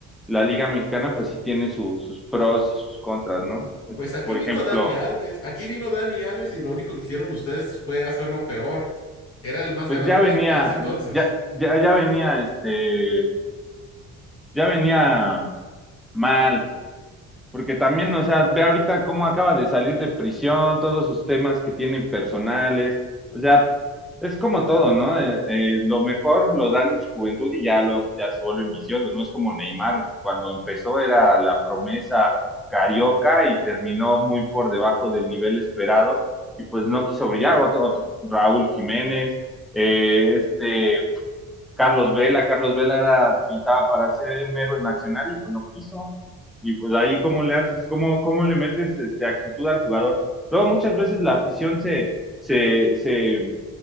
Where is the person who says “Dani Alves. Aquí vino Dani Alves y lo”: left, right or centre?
Left